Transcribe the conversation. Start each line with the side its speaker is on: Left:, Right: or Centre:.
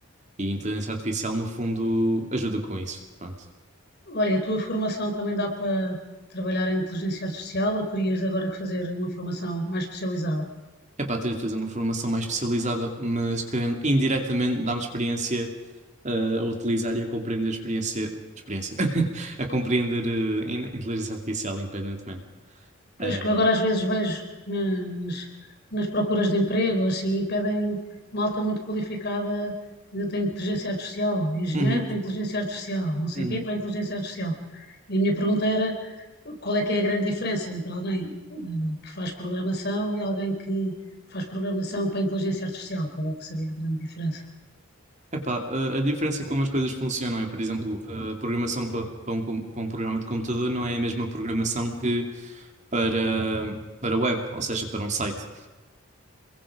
Right: E a inteligência artificial, no fundo, ajuda com isso. Pronto.
Left: Olha, a tua formação também dá para trabalhar em inteligência artificial ou terias agora que fazer uma formação mais especializada?
Right: É para ter de fazer uma formação mais especializada, mas querendo indiretamente dar-me experiência eh, a utilizar e a compreender a experiência, experiência <laughs> a compreender eh, in- inteligência artificial independentemente.
Left: Pois
Right: Ah,
Left: que eu agora às vezes vejo nas, nas procuras de emprego, assim, pedem malta muito qualificada ainda tem inteligência artificial, engenheiro
Right: Uhum,
Left: para inteligência artificial, não sei
Right: uhum.
Left: o quê para inteligência artificial. E a minha pergunta era qual é que é a grande diferença entre alguém eh, que faz programação e alguém que faz programação para inteligência artificial? Qual é que seria a grande diferença?
Right: Epá, a, a diferença é como as coisas funcionam é, por exemplo, a programação para, para um, com- para um programa de computador não é a mesma programação que para, para web, ou seja, para um site.